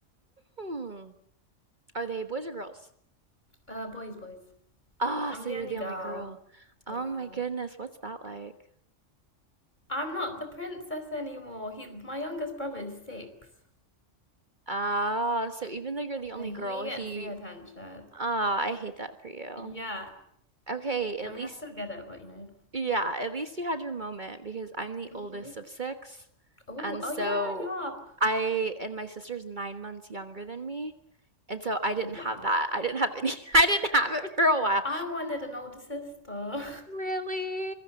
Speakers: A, on the right; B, on the left.
A: Mm. Are they boys or girls?
B: Uh, boys, boys.
A: Ah,
B: I'm
A: so
B: the
A: you're
B: only
A: the
B: girl.
A: only girl.
B: Yeah.
A: Oh my goodness, what's that like?
B: I'm not the princess anymore. He, my youngest brother is six,
A: Ah, so even though you're the
B: so
A: only
B: he
A: girl, he
B: gets the attention.
A: ah, I hate that for you.
B: Yeah,
A: Okay, at
B: I mean,
A: least
B: I still get it, but you know.
A: yeah, at least you had your moment because I'm the
B: hmm
A: oldest of six.
B: Oh,
A: And
B: oh
A: so
B: yeah, you are.
A: I and my sister's nine months younger than me. And so I didn't
B: Wow,
A: have that. I didn't have any <laughs> I didn't have it for a while.
B: I wanted an older sister.
A: Really?